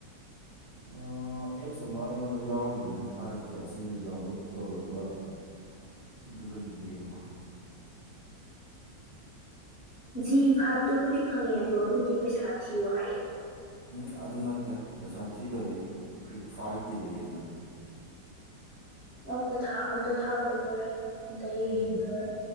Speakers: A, on the right; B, on the left.
A: ꯑ ꯑꯦꯞꯁ ꯑꯃ ꯑꯩꯉꯣꯟꯗ ꯌꯥꯎꯈꯤꯕꯅꯦ ꯊꯥꯔꯛꯀꯦ ꯑꯁꯤꯁꯦ ꯗꯥꯎꯟꯂꯣꯗ ꯇꯧꯔꯒ꯫ ꯑꯗꯨꯒ ꯌꯦꯡꯉꯣ꯫
B: ꯖꯤ ꯐꯥꯏꯚꯇꯨꯕꯨꯗꯤ ꯈꯪꯉꯦ ꯑꯗꯣ ꯑꯗꯨꯗꯤ ꯄꯩꯁꯥ ꯊꯤꯌꯨ ꯍꯥꯏ꯫
A: ꯎꯝ ꯑꯗꯨ ꯅꯠꯇꯦ ꯄꯩꯁꯥ ꯊꯤꯗꯕꯤ ꯀ꯭ꯔꯤꯛ ꯐꯥꯏ ꯇꯤꯕꯤꯅ꯫
B: <unintelligible> ꯑꯝꯇ ꯊꯥ ꯑꯝꯇ ꯊꯥꯔꯛꯑꯣ ꯍꯣꯔꯦꯟ ꯑꯝꯇ ꯌꯦꯡꯒꯦ
A: ꯎꯝ
B: ꯍꯣꯔꯦꯟ꯫